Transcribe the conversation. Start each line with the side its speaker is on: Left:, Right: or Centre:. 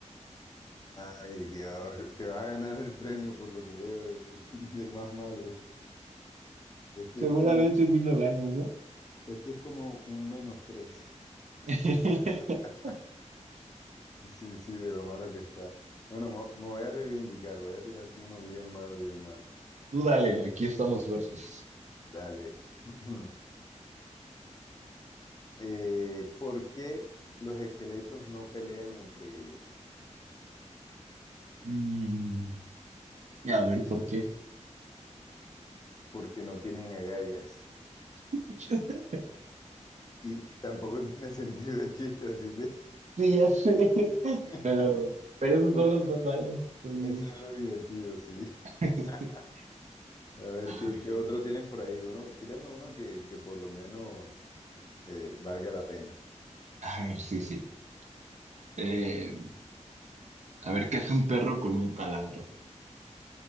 Left: Ay, Dios, te vas a ganar el premio por lo que veo de- <laughs> del más malo. Este
Right: Seguramente
Left: es como un,
Right: mi lo gano, ¿no?
Left: este es como un menos tres.
Right: <laughs>
Left: <laughs> Sí, sí, de lo malo que está. Bueno, mo- me, voy a reivindicar, voy a tirarte uno bien malo, bien malo.
Right: Tú dale, aquí estamos fuertes.
Left: Dale. <clears throat> Eh, ¿por qué los esqueletos no pelean entre ellos?
Right: Mm, a ver, ¿por qué?
Left: Porque no tienen agallas.
Right: <laughs>
Left: Y, y tampoco <laughs> tiene sentido el chiste, así que...
Right: Sí, ya sé.
Left: <laughs>
Right: Pero, pero esos
Left: Pero
Right: son los más malos. entonces.
Left: Eso es lo divertido, sí.
Right: <laughs>
Left: <laughs> A ver,
Right: A
Left: ¿qué,
Right: ver.
Left: qué otro tienes por ahí? Uno, tírame uno que, que por lo menos eh, valga la pena.
Right: A ver, sí, sí. Eh, a ver, ¿qué hace un perro con un taladro?